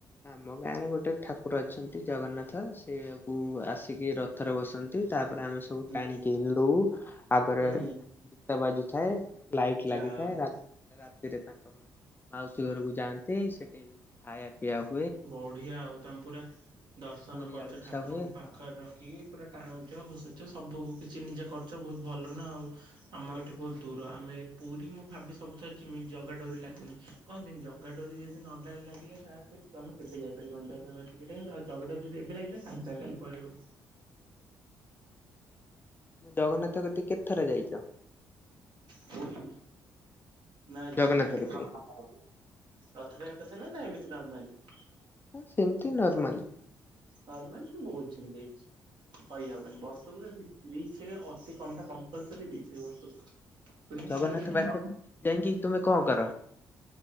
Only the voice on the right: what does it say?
ହୁଁ
ହୁଁ
ଯା
ହଉ
ବଢିଆ ଆଉ, ତମେ ପୁରା ଦର୍ଶନ
କରୁଛ
ଠାକୁରଙ୍କୁ
ପାଖରେ ରଖିକି ପୁରା ଟାଣୁଛ ଆଉ ଘ ସବୁ କିଛି ନିଜେ କରୁଚ ବହୁତ ଭଲ ନା ଆଉ ଆମ
ଏଠି ବହୁତ ଦୂର ଆମେ ପୁରୀ ମୁଁ ଭାବେ ସବୁଥର ଜିମି ଜଗା ଡୋରି ଲାଗୁନି, କହନ୍ତିନି ଜଗା ଡୋରି ଯଦି ନ ଲାଗିଲା <unintelligible> ଆମ କେବେ ଯାଇପାରିବନି, ଜାଗା କତିକି ଏଇଟା କିନ୍ତୁ ଆ <unintelligible> ଜଗା ଡୋରି ଯଦି ଏବେ ଲାଗିଲା ସାଙ୍ଗେ ସାଙ୍ଗେ କାଲି ପଳେଇବ।
କଉଥି? ନାଇଁ ରଥ
ଟାଇମ
କଥା ରଥ ଟାଇମ କଥା ନା ନା ଏମିତି ନର୍ମଲି।
ନାର୍ମଲିତ ମୁଁ ବହୁତ <unintelligible> ଯାଇଛି। କହି ହବନି ବର୍ଷକୁତ ଦି ଦି ଛେକେ ଅତି କମଟା କମ୍ପଲସରି ଦି ଛେକ ବର୍ଷକୁ। ସୁନିଶ୍ଚିତ
ଯିବା